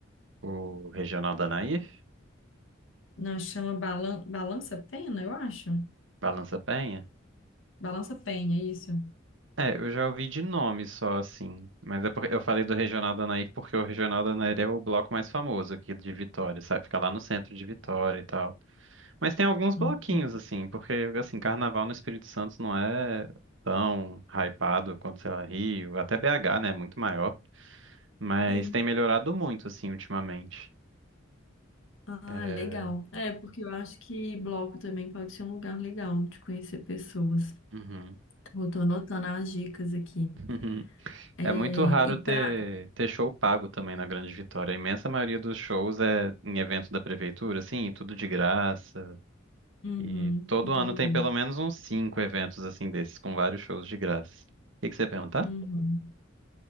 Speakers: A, on the right; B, on the left.
A: O Regional da Nair?
B: Não, chama Balan- Balança Pena, eu acho.
A: Balança Penha?
B: Balança Penha, é isso.
A: É, eu já ouvi de nome só, assim. Mas é porque eu falei do Regional da Nair porque o Regional da Nair é o bloco mais famoso aqui de Vitória, sabe? Fica lá no centro de Vitória e tal. Mas tem alguns bloquinhos,
B: Hum.
A: assim, porque, assim, carnaval no Espírito Santo não é tão hypado quanto, sei lá, Rio, até BH, né, é muito maior, mas
B: Sim.
A: tem melhorado muito, assim, ultimamente.
B: Ah,
A: É...
B: legal. É, porque eu acho que bloco também pode ser um lugar legal de conhecer pessoas.
A: Uhum.
B: Tô, tô anotando as dicas aqui.
A: <laughs>
B: É,
A: É muito raro
B: e
A: ter,
B: pra.
A: ter show pago também na Grande Vitória. A imensa maioria dos shows é em evento da prefeitura, assim, tudo de graça.
B: Uhum,
A: E todo
B: entendi.
A: ano tem pelo menos uns cinco eventos assim desses, com vários shows de graça. O que que você ia perguntar?
B: Uhum.